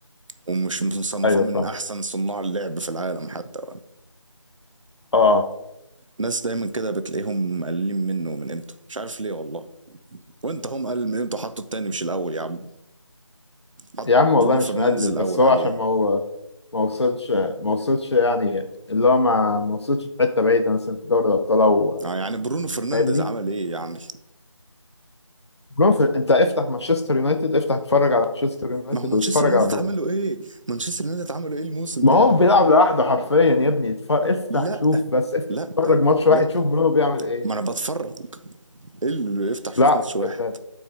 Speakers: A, on the right; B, on the left.
A: ومش مصنفاه
B: ايوه
A: من
B: فاهم
A: احسن صناع اللعب في العالم حتى
B: اه
A: الناس دايما كده بتلاقيهم مقللين منه ومن قيمته مش عارف ليه والله وانت هم قلل من قيمته حطه التاني مش الاول يا عم حط
B: يا عم
A: برونو
B: والله
A: فرنانديز
B: مش مقلل
A: الاول
B: بس هو
A: عليه
B: عشان ما هو ما وصلش ما وصلش يعني اللي هو ما ما وصلش في حته بعيده مثلا في دوري الابطال او
A: آه يعني برونو فرنانديز
B: فاهمني
A: عمل ايه يعني
B: برونو في... انت افتح مانشستر يونايتد افتح اتفرج على مانشستر يونايتد
A: ما هو مانشستر
B: واتفرج
A: يونايتد
B: على برونو
A: عملوا ايه مانشستر يونايتد عملوا ايه الموسم
B: ما
A: ده
B: هو بيلعب لوحده حرفيا يا ابني اتف... افتح
A: لا
B: شوف بس افتح
A: لا
B: اتفرج
A: يا ابني،
B: ماتش واحد
A: لا
B: شوف برونو بيعمل ايه
A: ما انا بتفرج ايه اللي يفتح شوف
B: لا
A: ماتش واحد
B: انت ما